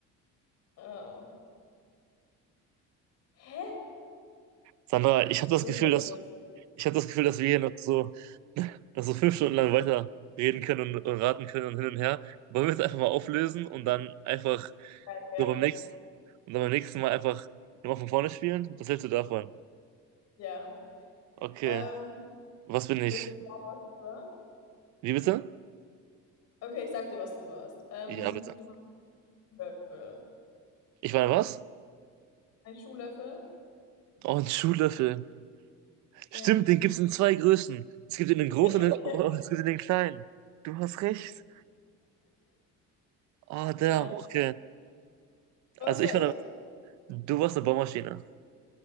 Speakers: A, on the left (about 55°); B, on the right (about 65°).
A: Äh, hä?
B: Sandra, ich habe
A: Bin
B: das
A: So
B: Gefühl,
A: verwirrt.
B: dass Ich habe das Gefühl, dass wir hier noch so, <laughs> noch so fünf Stunden lang weiter reden können und, und raten können und hin und her. Wollen wir es einfach mal auflösen und dann einfach
A: Ja, gerne.
B: so beim nächsten und dann beim nächsten Mal einfach nochmal von vorne spielen? Was hältst du davon?
A: Ja.
B: Okay.
A: Ähm,
B: Was bin
A: willst
B: ich?
A: du sagen, was du warst?
B: Wie bitte?
A: Okay, ich sag dir, was du warst. Ähm,
B: Ja, bitte.
A: du warst ein Löffel.
B: Ich meine, was?
A: Ein Schuhlöffel?
B: Oh, ein Schuhlöffel.
A: Ja.
B: Stimmt, den gibt es in zwei Größen. Es gibt ihn in den großen
A: <laughs>
B: und den- <laughs> und es gibt ihn in den kleinen. Du hast recht. Oh, damn,
A: Ja.
B: okay.
A: Was
B: Also
A: war
B: ich
A: ich?
B: war eine, du warst eine Baumaschine.